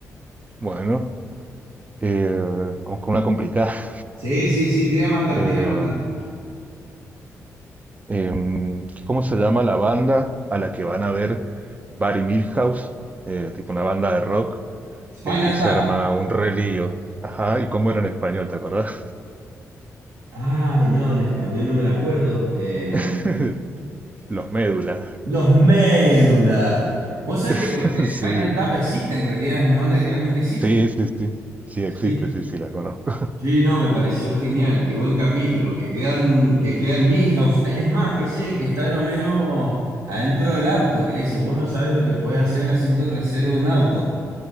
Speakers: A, on the right; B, on the right.
A: Bueno, eh, vamos con una complicada. <laughs>
B: Sí, sí, sí, tira a matar,
A: Eh,
B: tira a matar.
A: em, ¿cómo se llama la banda a la que van a ver Barry Milhouse? Eh, tipo una banda de rock,
B: Spinal
A: eh, y se
B: Tap.
A: arma un relío. Ajá, ¿y cómo era en español, te acordás?
B: Ay, no, en español no me la acuerdo. Eh,
A: <laughs> Los Médulas.
B: Los Médulas. Vos sabés
A: <laughs>
B: que los de Spinal Tap existe en realidad, es una banda que realmente existe.
A: Sí, sí, sí, sí. Sí existe,
B: Sí,
A: sí, sí, la conozco.
B: sí, no, me pareció genial, qué buen capítulo, que quedan, que queda el Milhouse. Eh, Es más, ese el que está el Homero adentro del auto, que le dice, vos no sabés lo que puede hacer en el asiento trasero de un auto.